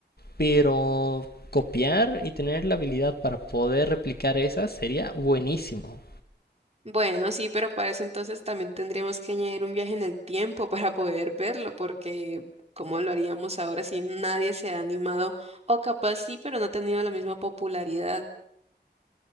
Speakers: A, on the left; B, on the right.
A: pero copiar y tener la habilidad para poder replicar esas sería buenísimo.
B: Bueno, sí, pero para eso entonces también tendríamos que añadir un viaje en el tiempo para poder verlo, porque ¿cómo lo haríamos ahora si nadie se ha animado? O capaz sí, pero no ha tenido la misma popularidad.